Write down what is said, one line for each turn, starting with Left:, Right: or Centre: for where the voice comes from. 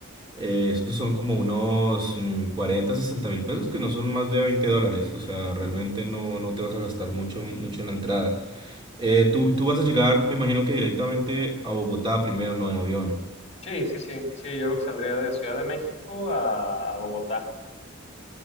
Right: Eh, estos son como unos mm, 40, 60 mil pesos, que no son más de 20 dólares, o sea, realmente no, no te vas a gastar mucho, mucho en la entrada. Eh, tú, tú vas a llegar, me imagino que directamente a Bogotá primero, no en avión.
Left: Sí, sí, sí. Sí, yo creo que saldría de Ciudad de México a, a Bogotá.